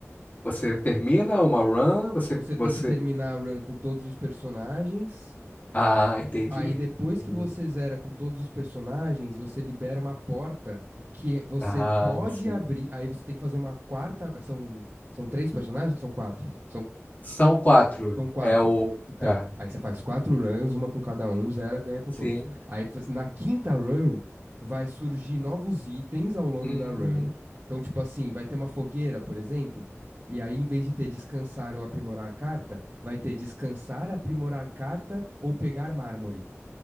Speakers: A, on the left (about 35°); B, on the right (about 40°).
A: você termina uma run? Você,
B: Você
A: você...
B: tem que terminar a run com todos os personagens.
A: Ah, entendi.
B: Aí depois
A: Entendi.
B: que você zera com todos os personagens, você libera uma porta que você
A: Ah,
B: pode
A: sim.
B: abrir. Aí você tem que fazer uma quarta. São, são três personagens? São quatro. São
A: São quatro.
B: São quatro.
A: É o...
B: Então,
A: É.
B: aí você faz quatro runs, uma com cada um, zera, ganha com
A: Sim.
B: todos. Aí você- na quinta run, vai surgir novos itens ao longo
A: Hum,
B: da run. Então, tipo assim, vai ter uma fogueira, por exemplo, e aí em vez de ter descansar ou aprimorar carta, vai ter descansar, aprimorar carta ou pegar mármore.